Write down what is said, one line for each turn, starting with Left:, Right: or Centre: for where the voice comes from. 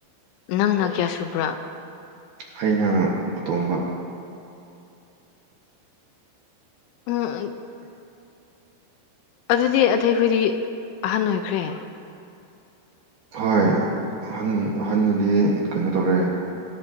Left: ꯅꯪꯅ ꯀꯌꯥ ꯁꯨꯕ꯭ꯔꯥ
Right: ꯑꯩꯅ ꯑꯇꯣꯝꯕ
Left: ꯎꯝ ꯑꯗꯨꯗꯤ ꯑꯇꯩꯈꯗꯤ ꯑꯍꯟ ꯑꯣꯏꯈ꯭ꯔꯦ
Right: ꯍꯣꯏ ꯑꯍꯟ ꯑꯍꯟꯅꯗꯤ ꯀꯩꯅꯣ ꯇꯧꯔꯦ